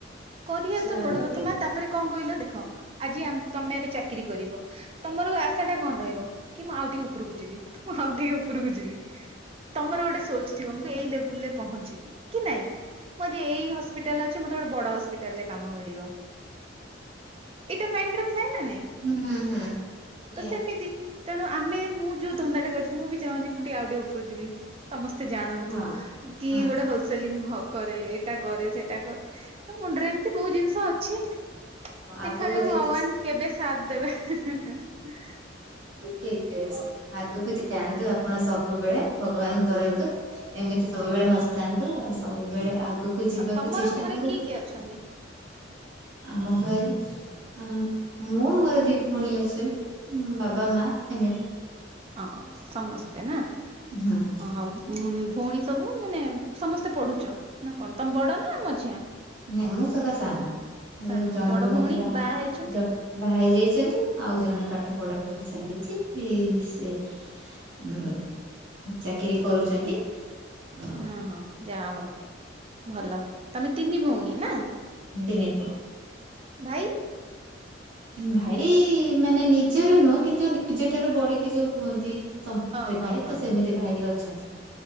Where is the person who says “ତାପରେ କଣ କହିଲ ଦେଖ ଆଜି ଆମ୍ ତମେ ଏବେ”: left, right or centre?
Right